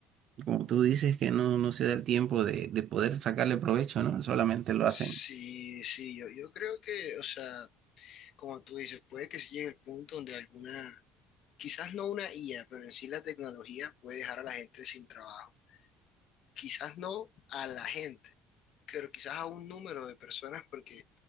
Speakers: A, on the right; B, on the left.
A: como tú dices que no, no se da el tiempo de, de poder sacarle provecho, ¿no? Solamente lo
B: Sí,
A: hacen.
B: sí, yo, yo creo que, o sea, como tú dices, puede que se llegue el punto donde alguna, quizás no una IA, pero en sí la tecnología puede dejar a la gente sin trabajo. Quizás no a la gente, pero quizás a un número de personas, porque